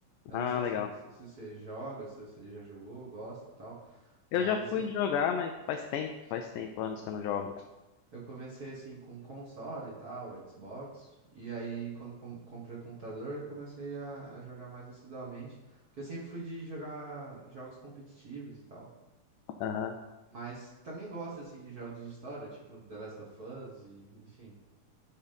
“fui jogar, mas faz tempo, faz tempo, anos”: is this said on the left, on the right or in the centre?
Left